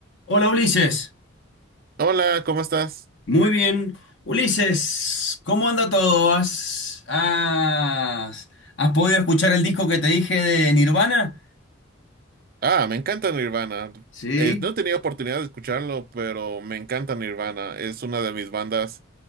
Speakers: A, on the left; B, on the right.
A: Hola Ulises,
B: Hola, ¿cómo estás?
A: muy bien. Ulises, ¿cómo anda todo? ¿Has, has, has podido escuchar el disco que te dije de Nirvana?
B: Ah, me encanta Nirvana.
A: Sí,
B: Eh, no he tenido oportunidad de escucharlo, pero me encanta Nirvana. Es una de mis bandas